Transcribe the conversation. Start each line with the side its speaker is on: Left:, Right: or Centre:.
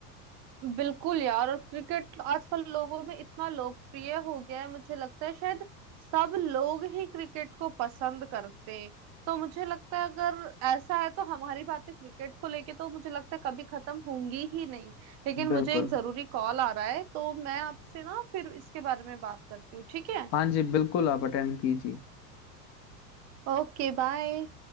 Right: बिल्कुल यार और क्रिकेट आजकल लोगों में इतना लोकप्रिय हो गया है मुझे लगता है शायद सब लोग ही क्रिकेट को पसंद करते हैं तो मुझे लगता है अगर ऐसा है तो हमारी बातें क्रिकेट को लेके तो मुझे लगता है कभी खत्म होंगी ही नहीं लेकिन
Left: बिल्कुल
Right: मुझे एक जरूरी कॉल आ रहा है तो मैं आपसे ना फिर इसके बारे में बात करती हूँ ठीक है
Left: हाँ जी बिल्कुल आप अटेंड कीजिए
Right: Okay bye